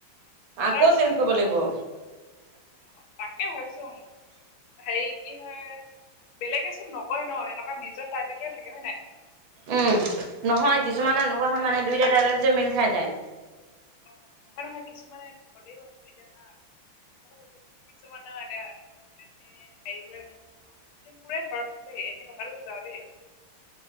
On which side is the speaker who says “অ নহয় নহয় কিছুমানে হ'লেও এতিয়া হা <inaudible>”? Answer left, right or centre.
Left